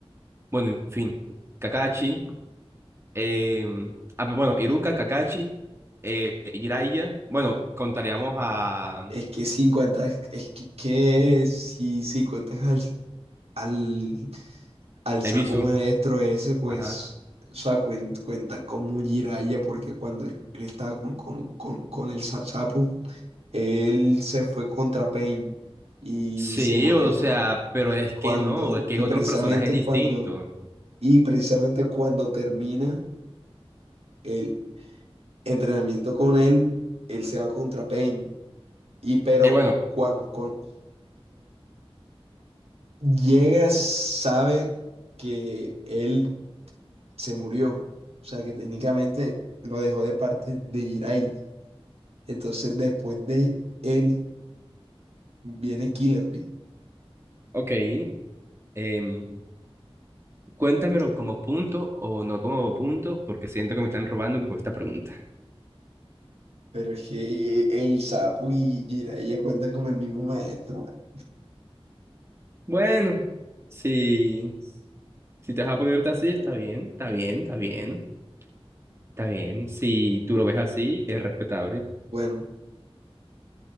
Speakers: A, on the right; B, on the right.
A: Bueno, en fin, Kakashi, eh, ah, pero bueno, Iruka, Kakashi, eh, Jiraiya, bueno, contaríamos a, a
B: Es que si cuentas, es que, que si, si cuentas al, al, al sapo
A: Ibisu,
B: maestro ese, pues,
A: ajá.
B: o sea, cuen- cuenta como Jiraiya porque cuando él estaba con, con, con, con el sa- sapo, él se fue contra Pain y
A: Sí,
B: se murió
A: o sea, pero es
B: cuando,
A: que no, es que
B: y
A: es otro
B: precisamente
A: personaje distinto.
B: cuando Y precisamente cuando termina el entrenamiento con él, él se va contra Pain. Y pero
A: Eh, bueno,
B: cuando, cuando, llega, sabe que él se murió. O sea, que técnicamente lo dejó de parte de Jiraiya. Entonces, después de él, viene Killer Bee.
A: ok, em, cuéntamelo como punto o no como punto, porque siento que me están robando con esta pregunta.
B: Pero es que el sapo y Jiraiya cuentan como el mismo maestro. man.
A: Bueno, si, si te vas a ponerte así, está bien, está bien, está bien, está bien. Si tú lo ves así, es respetable.
B: Bueno,